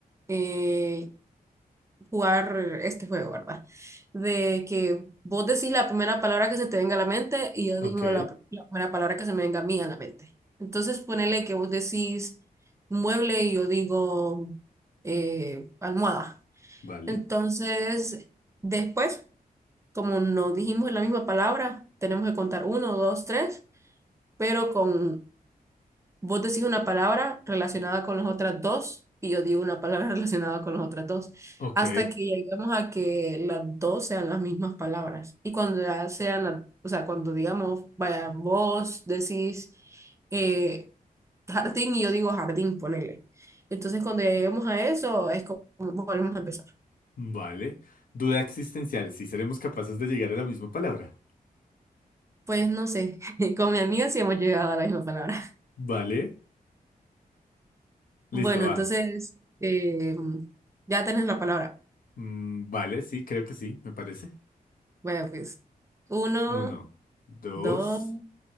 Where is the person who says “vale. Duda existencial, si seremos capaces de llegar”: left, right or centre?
Left